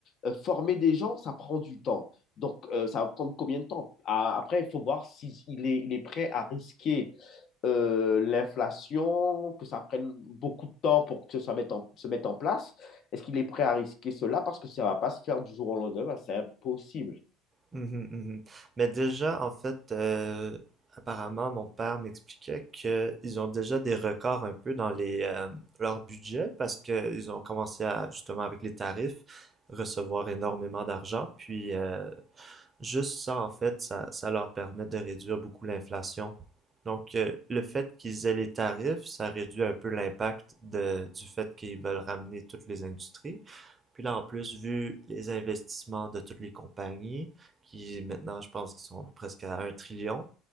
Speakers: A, on the left; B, on the right.
A: euh, former des gens, ça prend du temps. Donc, euh, ça va prendre combien de temps? Ah, Après, il faut voir s'il est, il est prêt à risquer euh, l'inflation, que ça prenne beaucoup de temps pour que ça mette en- se mette en place? Est-ce qu'il est prêt à risquer cela? Parce que ça va pas se faire du jour au lendemain, Ben, c'est impossible.
B: Mhm, mhm. Mais déjà, en fait, euh, apparemment, mon père m'expliquait qu'ils ont déjà des records un peu dans les euh, leur budget parce qu'ils ont commencé à, justement, avec les tarifs, recevoir énormément d'argent. Puis, euh, juste ça, en fait, ça, ça leur permet de réduire beaucoup l'inflation. Donc, euh, le fait qu'ils aient les tarifs, ça réduit un peu l'impact de, du fait qu'ils veulent ramener toutes les industries. Puis là, en plus, vu les investissements de toutes les compagnies, qui maintenant, je pense qu'ils sont presque à un trillion